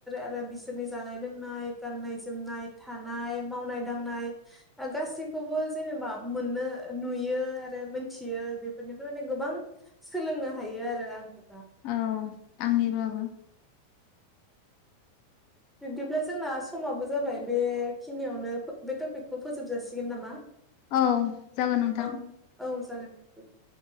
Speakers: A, in the centre; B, on the left.
A: आरो बिसोरनि जानाय जानाय गाननाय जोमनाय थानाय मावनाय दांनाय गासैखौबो जेनेबा मोननो नुयो आरो मोनथियो बेफोरनिफ्राय माने गोबां सोलोंनो हायो आरो आंनि
B: औ आंनिब्लाबो।
A: बिब्दिब्ला जोंना समावबो जाबाय बेखिनियावनो बे टपिकखौ फोजोबजासिगोन नामा?
B: औ जागोन नोंथां।
A: औ औ जागोन दे।